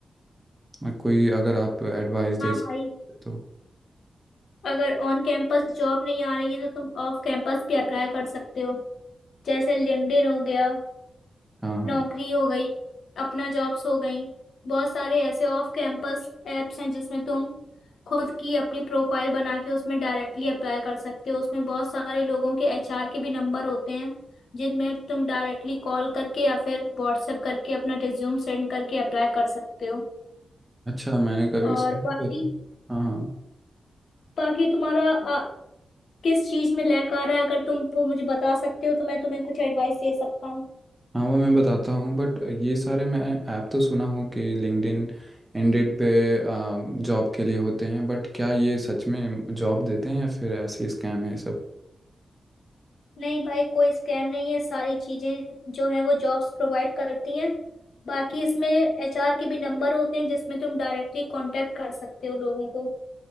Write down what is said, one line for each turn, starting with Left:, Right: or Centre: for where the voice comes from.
Right: मैं कोई अगर आप एडवाइस दे
Left: हाँ
Right: सकते
Left: भाई
Right: तो
Left: अगर ऑन कैंपस जॉब नहीं आ रही है तो तुम ऑफ कैंपस भी अप्लाई कर सकते हो जैसे लिंक्डइन हो गया
Right: हाँ हाँ
Left: नौकरी हो गई अपना जॉब्स हो गई बहुत सारे ऐसे ऑफ कैंपस एप्स हैं जिसमें तुम खुद की अपनी प्रोफाइल बना के उसमें डायरेक्टली अप्लाई कर सकते हो उसमें बहुत सारे लोगों के एचआर के भी नंबर होते हैं जिनमें तुम डायरेक्टली कॉल करके या फिर व्हाट्सएप करके अपना रिज्यूम सेंड करके अप्लाई कर सकते हो
Right: अच्छा मैंने कभी
Left: और
Right: सुना
Left: बाकी
Right: तो है। हाँ हाँ
Left: बाकी तुम्हारा आ, किस चीज में लैक आ रहा है अगर तुम वो मुझे बता सकते हो तो मैं तुम्हें कुछ एडवाइस दे सकता हूँ
Right: हाँ वो मैं बताता हूँ बट ये सारे मैं ऐप तो सुना हूँ कि लिंक्डइन इंडेड पे जॉब के लिए होते हैं बट क्या ये सच में जॉब देते हैं या फिर ऐसे स्कैम है सब
Left: नहीं भाई कोई स्कैम नहीं है सारी चीजें जो हैं वो जॉब्स प्रोवाइड करती हैं बाकी इसमें एचआर के भी नंबर होते हैं जिसमें तुम डायरेक्टली कांटेक्ट कर सकते हो लोगों को